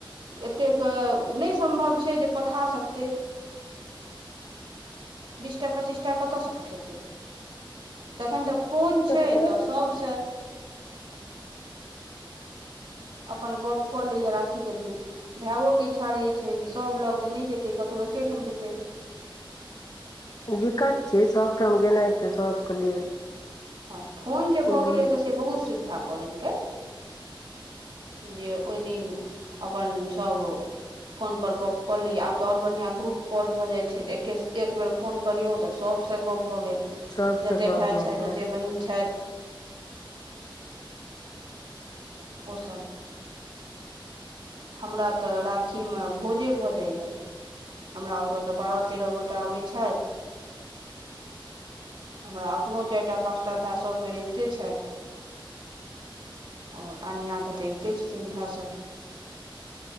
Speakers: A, on the right; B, on the left.
A: एते के नहि सम्व छै जे पठा सकतै। बीस टा, पच्चीस टा, कतयसँ पठेयतै। तखन त फोन छैय,
B: छै
A: त सब से। अपन गप कऽ लैय‌ राखीके दिन, भायओ के इच्छा रहैत छै, जे सभ लग तऽ नहि जेतै कतहु एके ठाम जेतै।
B: दिकत छै सभठाम गेनाइ त सभके लेल।
A: हँ, फोन जे भ
B: बहुत
A: गेलै त से बहुत सुविधा क देलकै। जे ओहि दिन अपन सभ फोन पर गप क लियै आब त और बढ़ियां ग्रुप कॉल भ जाइत छै त एके एक बेर फोन करियौ त सभ सब से गप भ गेल,
B: सबसँ
A: जते
B: गप
A: भाय
B: भऽ
A: छै
B: गेल
A: ज छथि। ओ सभ हमरा त राखीमे भोजे भ जाइए। हमरा ओत त बारह तेरह गोटा अबै छथि हमरा अपनो चारि टा पाँच टा भाय सभ बेर अबिते छथि। और अनन्याके त अबिते छथिन भाय सभ